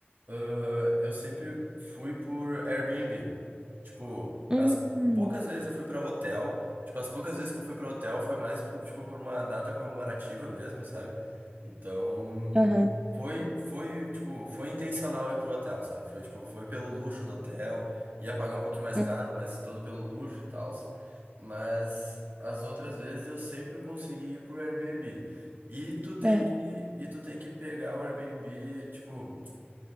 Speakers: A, on the right; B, on the right.
A: ah, eu sempre fui por Airbnb. Tipo,
B: Hum,
A: as
B: hum.
A: poucas vezes eu fui pra hotel. Tipo, as poucas vezes que eu fui pra hotel foi mais por, tipo, por uma data comemorativa mesmo, sabe? Então,
B: aham,
A: foi, foi, tipo, foi intencional ir pro hotel, sabe? Foi, tipo, foi pelo luxo do hotel. Ia pagar um pouquinho mais
B: hum,
A: caro, mas todo pelo luxo e tal. Mas as outras vezes eu sempre consegui ir pro Airbnb. E tu tem
B: aham,
A: que, e tu tem que pegar o Airbnb, tipo.